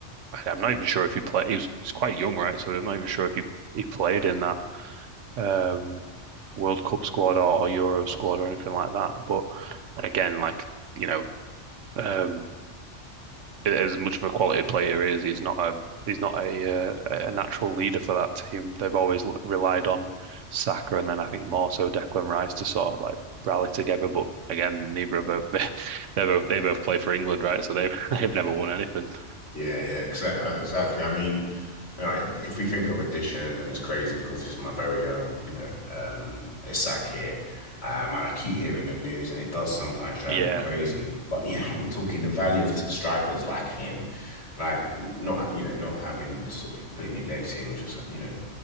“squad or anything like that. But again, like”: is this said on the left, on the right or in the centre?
Right